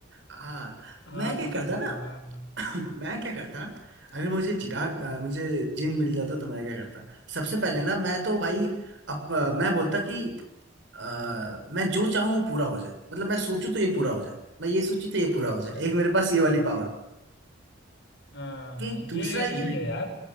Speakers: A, on the right; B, on the left.
A: हाँ
B: हाँ
A: मैं क्या
B: कुछ
A: करता
B: ऐसे
A: ना
B: था हाँ हाँ,
A: <coughs> मैं क्या करता अगर मुझे चिराग अ, मुझे जिन मिल जाता तो मैं क्या करता सबसे पहले ना मैं तो भाई अब अ, मैं बोलता कि अ, मैं जो चाहूँ वो पूरा हो जाए मतलब मैं सोचूं तो ये पूरा हो जाए मैं ये सोचूं तो ये पूरा
B: अच्छा
A: हो जाए एक मेरे पास ये वाली पावर
B: हाँ
A: कि
B: ये
A: दूसरा
B: सही
A: ये
B: है यार